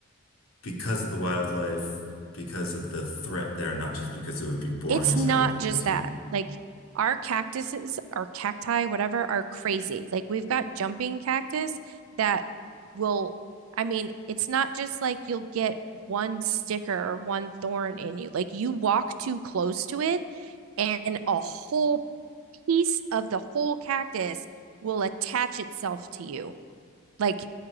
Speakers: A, on the left (about 75°); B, on the right (about 80°).
A: Because of the wildlife, because of the threat there, not just because it would be boring
B: It's
A: as
B: not
A: hell because
B: just that.
A: you
B: Like our cactuses, our cacti, whatever, are crazy. Like we've got jumping cactus that will, I mean, it's not just like you'll get one sticker or one thorn in you. Like you walk too close to it and a whole piece of the whole cactus will attach itself to you. Like